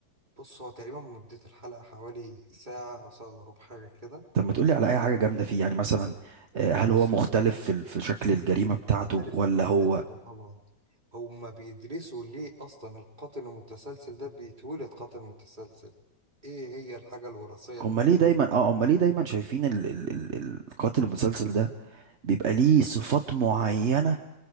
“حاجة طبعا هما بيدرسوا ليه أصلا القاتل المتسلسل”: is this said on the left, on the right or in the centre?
Right